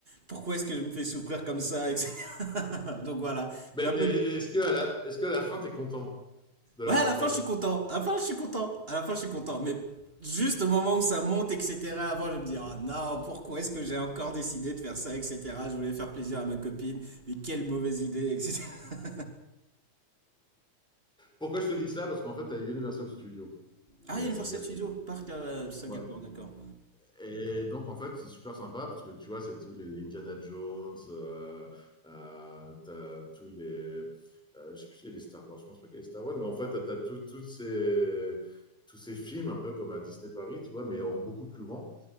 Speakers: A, on the right; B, in the centre.
A: pourquoi est-ce que je me fais souffrir comme ça, etc. <laughs> Donc voilà,
B: Mais,
A: j'ai un peu,
B: mais est-ce que à la, est-ce que à la fin, tu es content de l'avoir
A: Ouais, à la
B: fait?
A: fin, je suis content. À la fin, je suis content. À la fin, je suis content. Mais juste au moment où ça monte, etc., avant, je me dis, ah non, pourquoi est-ce que j'ai encore décidé de faire ça, etc. Je voulais faire plaisir à ma copine, mais quelle mauvaise idée, etc. <laughs>
B: Pourquoi je te dis ça? Parce qu'en fait, tu as Universal Studios qui
A: Ah,
B: est
A: Universal
B: à Singapour.
A: Studios, parc à Singapour,
B: Ouais.
A: d'accord.
B: Et donc, en fait, c'est super sympa parce que tu vois, c'est tous les Indiana Jones, euh, euh, t'as tous les. euh, je sais plus si c'est les Star Wars, je pense pas qu'il y a les Star Wars, mais en fait, t'as, t'as tout- toutes ces, tous ces films, un peu comme à Disney Paris, tu vois, mais en beaucoup plus grand.